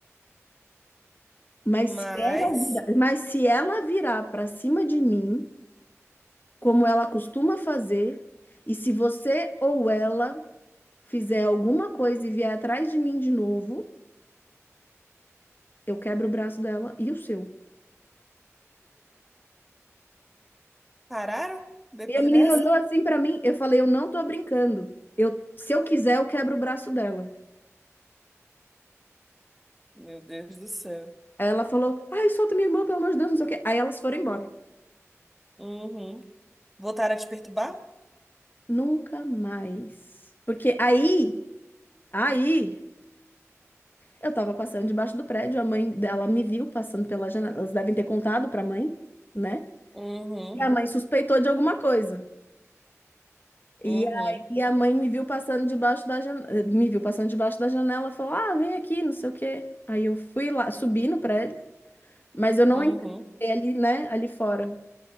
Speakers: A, on the left; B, in the centre.
A: Mas
B: Mas
A: se ela virar, mas se ela virar pra cima de mim, como ela costuma fazer, e se você ou ela fizer alguma coisa e vier atrás de mim de novo, eu quebro o braço dela e o seu.
B: pararam depois
A: E a menina
B: dessa?
A: olhou assim pra mim, eu falei, eu não tô brincando. Eu, se eu quiser, eu quebro o braço dela.
B: Meu Deus do céu.
A: Aí ela falou, ai, solta minha irmã, pelo amor de Deus, não sei o quê. Aí elas foram embora.
B: Uhum. Voltaram a te perturbar?
A: Nunca mais. Porque aí, aí, eu tava passando debaixo do prédio, a mãe dela me viu passando pela janela. Elas devem ter contado pra mãe, né?
B: Uhum.
A: E a mãe suspeitou de alguma coisa. E
B: Uhum.
A: aí a mãe me viu passando debaixo da janela, me viu passando debaixo da janela, falou: "Ah, vem aqui, não sei o quê". Aí eu fui lá, subi no prédio, mas eu não
B: Uhum.
A: entrei ali, né, ali fora.